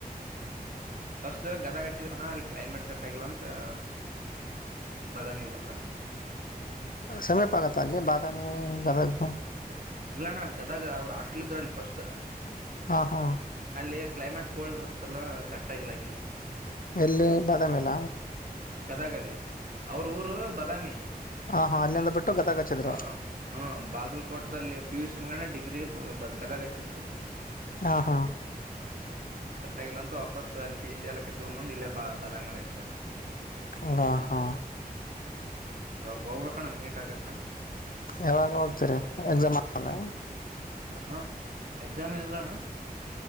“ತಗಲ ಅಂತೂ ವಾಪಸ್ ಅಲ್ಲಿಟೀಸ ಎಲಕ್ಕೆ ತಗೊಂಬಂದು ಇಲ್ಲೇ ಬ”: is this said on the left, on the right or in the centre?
Right